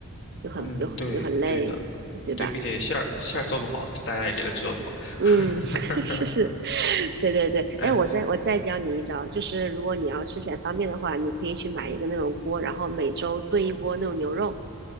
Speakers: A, on the right; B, on the left.
A: 又很又很又很累，
B: 嗯，对，对的，
A: 对吧？
B: 对，并且馅儿馅儿做不好，对大家也是一个折磨。
A: 嗯，
B: <laughs>
A: <laughs> 是是，对对对，
B: 哎，
A: 哎，我再我再教你一招，就是如果你要吃起来方便的话，你可以去买一个那种锅，然后每周炖一锅那种牛肉，